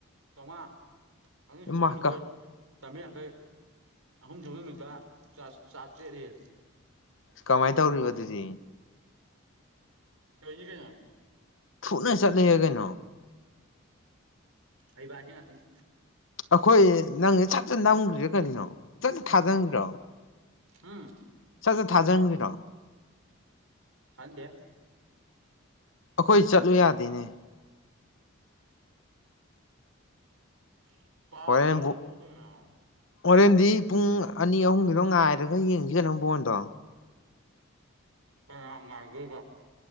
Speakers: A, on the right; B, on the left.
A: ꯆꯥꯝꯃꯉꯥ ꯑ ꯆꯨꯞꯄ
B: ꯏꯃꯥ
A: ꯅꯨꯃꯤꯠꯇꯣꯏ
B: ꯀ
A: ꯆꯥꯝꯃꯔꯤ ꯌꯥꯡꯈꯩ ꯑꯍꯨꯝ ꯁꯨꯕ ꯅꯨꯃꯤꯠꯇ ꯆꯥꯇ꯭ꯔꯦꯠ ꯍꯦ
B: ꯀꯃꯥꯏꯅ ꯇꯧꯔꯤꯕ ꯑꯗꯨꯗꯤ
A: ꯀꯅꯤ ꯀꯩꯅ
B: ꯐꯨꯅ ꯆꯠꯂꯤꯍꯦ ꯀꯩꯅꯣ
A: ꯐꯩꯕꯁ ꯉ ꯑꯗꯨꯅ
B: ꯑꯩꯈꯣꯏ ꯅꯪꯁ ꯁꯠ ꯆ ꯅꯝꯈ꯭ꯔꯤꯔꯥ ꯀꯔꯤꯅꯣ ꯆꯠ ꯊꯥꯖꯟꯈꯔꯣ
A: ꯍꯥꯝ
B: ꯆꯦ ꯊꯥꯖꯪꯔꯥꯎ
A: ꯍꯗꯦ
B: ꯑꯩꯈꯣꯏ ꯆꯠꯂꯨ ꯌꯥꯗꯦꯅꯦ
A: ꯀꯇ
B: ꯍꯣꯔꯦꯟꯕꯨ ꯍꯣꯔꯦꯟꯗꯤ ꯄꯨꯡ ꯑꯅꯤ ꯑꯍꯨꯝꯒꯤꯗꯣ ꯉꯥꯏꯔꯒ ꯌꯦꯡꯁꯤꯒꯅꯨ ꯐꯕꯣꯟꯗꯣ
A: ꯎꯝꯦꯒ